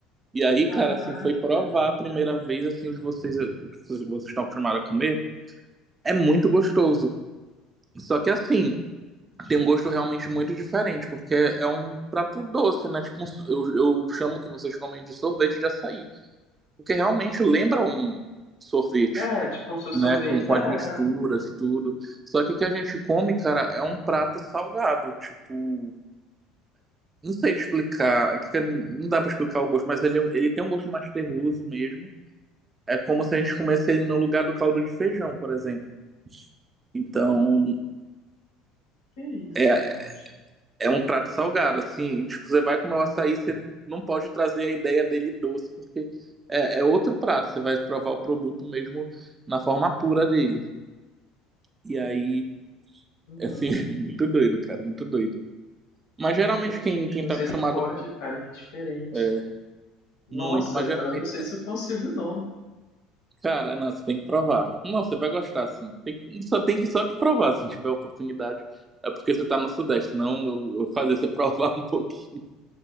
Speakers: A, on the right; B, on the left.
A: E aí,
B: caraca.
A: cara, assim, foi provar a primeira vez, assim, o de vocês, o que vocês estão acostumados a comer. É muito gostoso. Só que assim. tem um gosto realmente muito diferente, porque é um prato doce, né? Tipo, um so- eu, eu chamo que vocês comem de sorvete de açaí, porque realmente lembra um sorvete,
B: É, tipo, como se fosse
A: né?
B: sorvete.
A: Com, com
B: É,
A: as misturas,
B: é,
A: tudo. Só que o que a gente come, cara, é um prato salgado, tipo. Não sei te explicar, é porque não dá pra explicar o gosto, mas ele, é um, ele tem um gosto mais terroso mesmo. É como se a gente comesse ele no lugar do caldo de feijão, por exemplo. Então,
B: que isso,
A: é,
B: gente.
A: É um prato salgado, assim, tipo, você vai comer o açaí, você não pode trazer a ideia dele doce, porque é, é outro prato, você vai provar o produto mesmo na forma pura dele. E aí,
B: Uhum.
A: assim, <laughs> muito doido, cara, muito doido. Mas geralmente
B: Gente,
A: quem,
B: misericórdia,
A: quem tá acostumado com.
B: cara, que diferente.
A: É,
B: Nossa,
A: muito, mas
B: eu
A: geralmente,
B: não sei se eu consigo, não.
A: cara, não, você tem que provar. Não, você vai gostar, assim. Tem, que- só tem que só que provar, se tiver oportunidade. É porque você tá no Sudeste, senão eu, eu fazer você provar <laughs> um pouquinho.